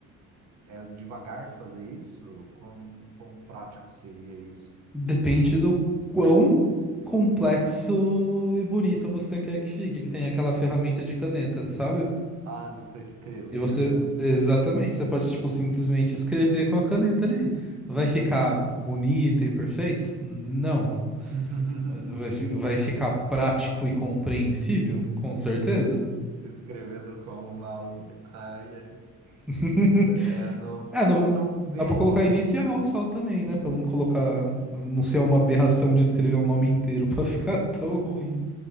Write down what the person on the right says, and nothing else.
É, é devagar fazer isso? Quão, quão prático seria isso?
Ah, dá para escrever,
né? é Verdade.
Hum.
<laughs>
Escrevendo com o mouse. Ai, ai.
É, não.
Talvez.